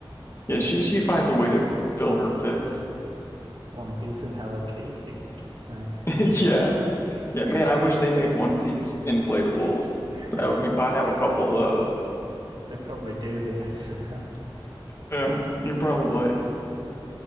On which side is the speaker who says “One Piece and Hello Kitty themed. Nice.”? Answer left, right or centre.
Right